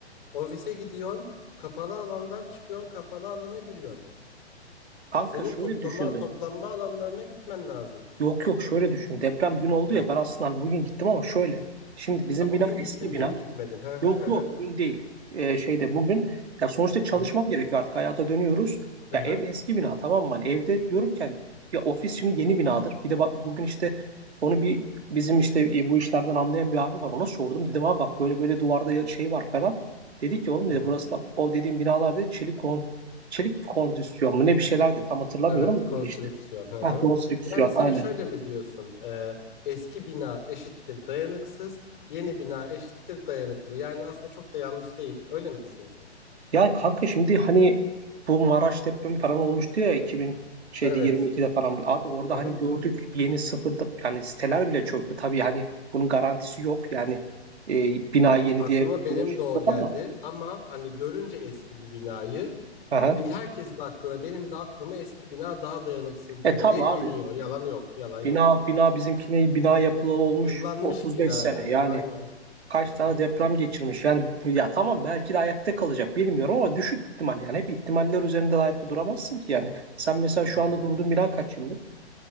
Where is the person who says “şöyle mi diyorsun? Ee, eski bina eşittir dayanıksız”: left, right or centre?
Left